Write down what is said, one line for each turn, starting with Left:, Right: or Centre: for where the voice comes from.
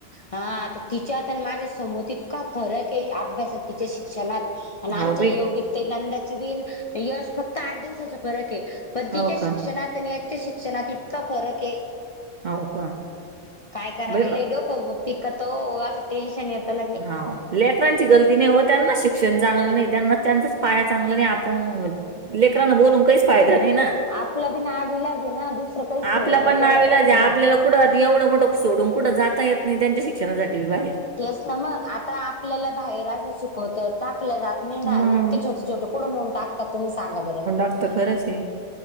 Left: हा आता तिच्यात आणि माझ्या समोतित का फरक आहे अभ्यासात तिच्या शिक्षणात अन
Right: हाव बाई
Left: नंदाची बी अन् यश फक्त आठ दिवसाचा फरक आहे. पण तिच्या
Right: हो
Left: शिक्षणात
Right: का
Left: आणि याच्या शिक्षणात इतका फरक आहे.
Right: हो का
Left: काय कराव
Right: बाई
Left: लई डोकं पिकतो असं टेन्शन येत ल
Right: हा लेकरांची गलती नाही हो त्यांना शिक्षण चांगलं नाही त्यांना त्यांचाच पाया चांगलं नाही आपण लेकरांना बोलून काहीच फायदा नाही ना.
Left: आपलं बी नावीलाज आहे ना दुसरं काही सवय
Right: आपला
Left: नाही
Right: पण नाईलाज
Left: केला जात
Right: आहे
Left: ना.
Right: आपल्याला कुठं एवढं मोठं सोडून कुठं जाता येत नाही त्यांच्या शिक्षणासाठी बी बाहेर.
Left: तेच ना मग आता आपल्याला बाहेरच शिकवतात टाकलं जात नाही ना
Right: मग
Left: इतके छोटे छोटे कुट नेऊन टाकतात तुम्ही सांगा बरं.
Right: तर खरंचे.